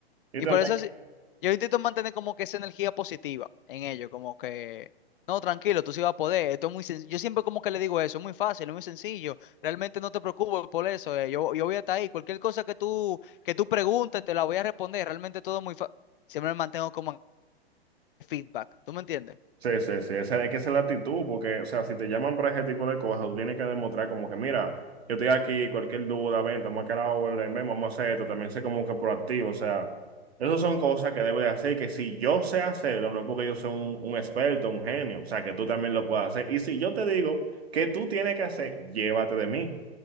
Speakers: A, on the right; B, on the left.
A: Y
B: Y
A: también.
B: por eso sí, yo intento mantener como que esa energía positiva en ello, como que, no, tranquilo, tú sí vas a poder, esto es muy sencillo. Yo siempre como que le digo eso, es muy fácil, es muy sencillo, realmente no te preocupes por eso, eh, Yo, yo voy a estar ahí, cualquier cosa que tú, que tú preguntes, te la voy a responder, realmente todo es muy fácil. Siempre me mantengo como en feedback, ¿tú me entiendes?
A: Sí, sí, sí, esa, es que esa es la actitud, porque, o sea, si te llaman para ese tipo de cosas, tú tienes que demostrar como que, mira, yo estoy aquí, cualquier duda, ven, estamos acá a la orden, ven, vamos a hacer esto, también sé como que proactivo, o sea, esas son cosas que debo de hacer, que si yo sé hacerlo, no es porque yo sea un, un experto, un genio, o sea, que tú también lo puedas hacer, y si yo te digo que tú tienes que hacer, llévate de mí.